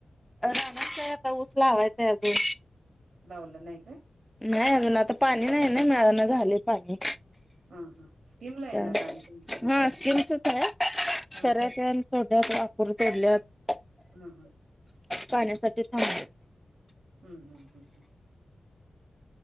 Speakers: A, in the centre; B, on the right (about 85°).
A: रामचय आता ऊसला हवायचांय अजून
B: लाऊलं नाही काय
A: नाही अजून आता पाणी नाही ना मिळाना झालय पाणी
B: <inaudible> स्कीमला येणार
A: हा
B: रान तुमचं
A: स्किम सुया <unintelligible>
B: हा
A: शरय प सोडल्यात नाकूर तोडल्यात
B: हम् हम
A: पाण्यासाठी थांब
B: हम्म हम्म हम्म हम्म